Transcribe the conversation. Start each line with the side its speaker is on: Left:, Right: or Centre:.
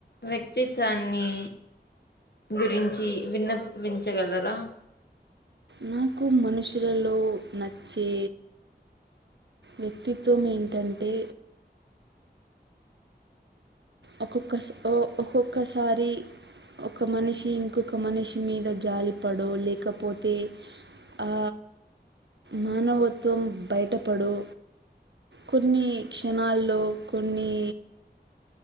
Left: వ్యక్తిత్వాన్ని గురించి విన్న వించగలరా.
Right: నాకు మనుషులలో నచ్చే వ్యక్తిత్వం ఏంటంటే ఒక్కొక్కస ఒ ఒక్కొక్కసారి ఒక మనిషి ఇంకొక మనిషి మీద జాలి పడో లేకపోతే ఆ మానవత్వం బయటపడో కొన్ని క్షణాల్లో కొన్ని